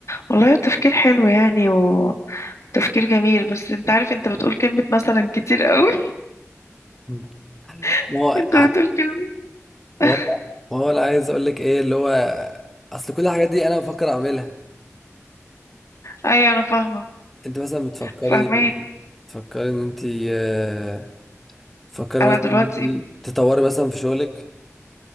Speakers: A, on the left; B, in the centre.
A: والله تفكير حلو يعني وتفكير جميل بس انت عارف انت بتقول كلمة مثلا كتير قوي
B: مم.
A: <laughs>
B: ما هو
A: انت بتقول كلمة
B: ما
A: <laughs>
B: هو ما هو انا عايز اقول لك ايه اللي هو اصل كل الحاجات دي انا بفكر اعملها
A: ايوه انا فاهمة
B: انت مثلا بتفكري
A: فاهمك
B: بتفكري ان انت آه، بتفكري
A: انا
B: مثلا
A: دلوقتي
B: ان انت تطوري مثلا في شغلك